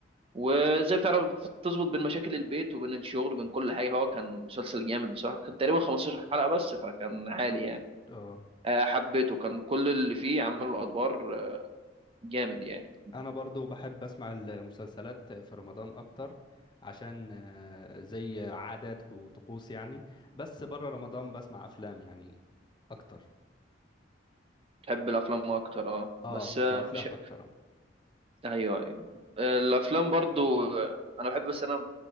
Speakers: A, on the right; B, on the left.
A: وازاي بتعرف تظبط بين مشاكل البيت وبين الشغل وبين كل حاجة هو كان مسلسل جامد بصراحة كان تقريبا 15 حلقة بس فكان عالي يعني
B: اه
A: آه، حبيته كان كل اللي فيه عملوا الأدوار آه، جامد يعني
B: انا برضو بحب اسمع المسلسلات في رمضان اكتر عشان آه، زي عادات وطقوس يعني بس بره رمضان بسمع افلام يعني اكتر
A: بتحب الأفلام أكتر اه
B: اه
A: بس آه،
B: الافلام
A: مش
B: اكتر اه
A: ايوه ايوه الافلام برضو انا بحب بس انا